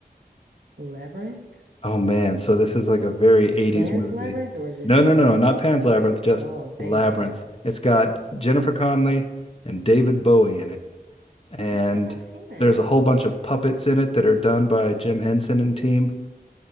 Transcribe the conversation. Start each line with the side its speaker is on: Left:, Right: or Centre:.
Right: Labyrinth?
Left: Oh man, so this is like a very 80s
Right: Pan's
Left: movie.
Right: Labyrinth or just
Left: No,
Right: Labyrinth?
Left: no, no, no, not Pan's Labyrinth, just
Right: Oh, thank
Left: Labyrinth.
Right: God.
Left: It's got Jennifer Connelly and David Bowie in it. And
Right: I don't think I've seen that.
Left: there's a whole bunch of puppets in it that are done by Jim Henson and team.